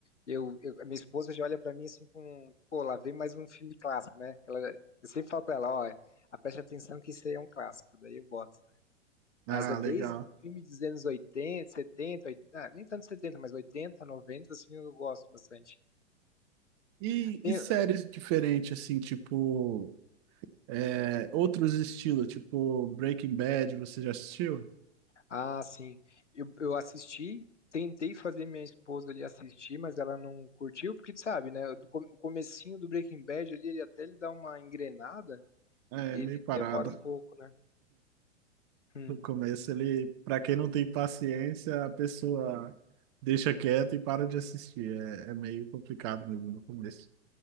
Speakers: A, on the left; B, on the right.
A: Eu, eu- a minha esposa já olha pra mim assim com, pô, lá vem mais um filme clássico, né? Que Ela, eu sempre falo pra ela, ó, preste atenção que isso aí é um clássico. Daí eu boto. Mas
B: Ah,
A: é desde
B: legal.
A: filme dos anos 80, 70, 80, ah, nem tanto 70, mas 80, 90 assim, eu gosto bastante.
B: E,
A: Tem-
B: e séries diferentes, assim, tipo. É, outros estilos, tipo Breaking Bad, você já assistiu?
A: ah, sim. Eu, eu assisti, tentei fazer minha esposa ali assistir, mas ela não curtiu, porque tu sabe, né? do co- o comecinho do Breaking Bad ali, ele até ele dá uma engrenada,
B: É
A: ele
B: meio parado.
A: demora um pouco, né? Hum.
B: No começo, ele, para quem não tem paciência, a pessoa deixa quieto e para de assistir. É, é meio complicado mesmo no começo.